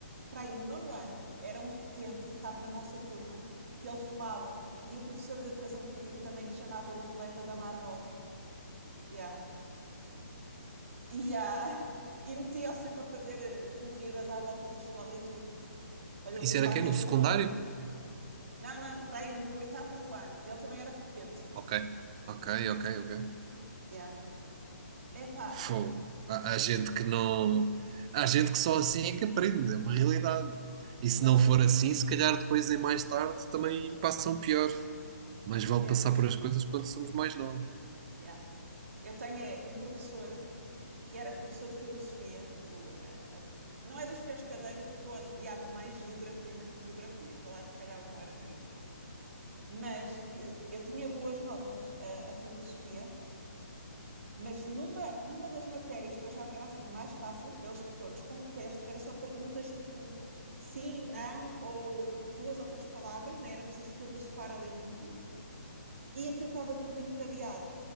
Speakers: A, on the right; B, on the right.
A: para aí no nono ano, era um repetente que estava na nossa turma, que ele fumava. E o professor de Educação Física também lhe chamava o atleta da Marlboro. Yeah. E, ah, <laughs> e metia-o sempre a fazer eh, corridas à volta da escola e tudo, para lhe
B: Isso
A: limpar
B: era quem?
A: os
B: No
A: pulmões.
B: secundário?
A: Não, não, para aí no oitavo, nono ano, ele também era repetente.
B: Ok, ok, ok,
A: E-
B: ok.
A: Yeah. Epá,
B: Fogo. Há, há gente que não. Há gente que só assim é que aprende, é uma realidade. E se
A: não
B: não
A: sei
B: for
A: se...
B: assim, se calhar depois em mais tarde também passam pior. Mas vale
A: Yeah,
B: passar por as coisas quando somos mais novos.
A: yeah. Eu tenho é, um professor que era professor de filosofia, tipo, a- a- não é das piores cadeiras, porque eu odiava mais geografia, mesmo geografia, falar de calhaus não era comigo, mas que eu tinha boas notas a, a filosofia, mas numa, numa das matérias que eu achava que era assim a mais fácil, eles botou-nos com um teste que era só perguntas tipo sim, não, ou duas ou três palavras, nem era preciso filosofar ali muito, e aquilo estava tudo encadeado.